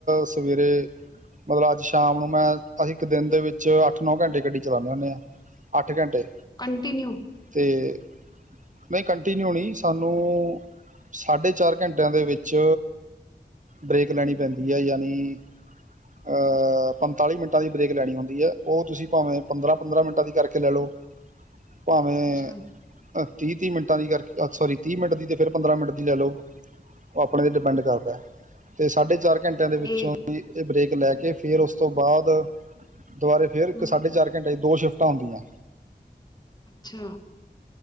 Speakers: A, on the right; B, on the left.
A: ਸਵੇਰੇ। ਮਤਲਬ ਅੱਜ ਸ਼ਾਮ ਨੂੰ ਮੈਂ ਅਸੀਂ ਇੱਕ ਦਿਨ ਦੇ ਵਿੱਚ ਅੱਠ ਨੌ ਘੰਟੇ ਗੱਡੀ ਚਲਾਉਂਦੇ ਹੁੰਦੇ ਹਾਂ। ਅੱਠ ਘੰਟੇ।
B: ਕੰਟਿਨਿਊ।
A: ਤੇ ਨਹੀਂ ਕੰਟੀਨਿਊਣੀ ਸਾਨੂੰ ਸਾਡੇ। ਚਾਰ ਘੰਟਿਆਂ ਦੇ ਵਿੱਚ ਬਰੇੇਕ ਲੈਣੀ ਪੈਂਦੀ ਹੈ ਯਾਨੀ। ਅਹ ਪੰਤਾਲੀ ਮਿੰਟਾਂ ਦੀ ਬਰੇਕ ਲੈਣੀ ਹੁੰਦੀ ਹੈ। ਉਹ ਤੁਸੀਂ ਭਾਵੇਂ ਪੰਦਰਾਂ ਪੰਦਰਾਂ ਮਿੰਟਾਂ ਦੀ ਕਰਕੇ ਲੈ ਲਓ ਭਾਵੇਂ।
B: ਅੱਛਾ-ਅੱਛਾ
A: ਅਹ ਤੀਹ ਤੀਹ ਮਿੰਟ ਦੀ ਕਰਕੇ ਸੋਰੀ ਤੀਹ ਮਿੰਟ ਦੀ ਤੇ ਫਿਰ ਪੰਦਰਾਂ ਮਿੰਟ ਦੀ ਲੈ ਲਓ। ਉਹ ਆਪਣੇ 'ਤੇ ਡਿਪੈਂਡ ਕਰਦਾ ਅਤੇ ਸਾਢੇ ਚਾਰ ਘੰਟਿਆਂ ਦੇ ਵਿੱਚੋਂ
B: ਇਹ
A: ਹੀ ਇਹ ਬ੍ਰੇਕ। ਲੈ ਕੇ ਫੇਰ ਉਸ ਤੋਂ ਬਾਅਦ ਦੁਬਾਰੇ ਫੇਰ
B: ਹੂੰ
A: ਸਾਢੇ ਚਾਰ ਘੰਟੇ ਦੋ ਸ਼ਿਫਟ। ਸ਼ਿਫਟਾਂ ਹੁੰਦੀਆਂ।
B: ਅੱਛਾ।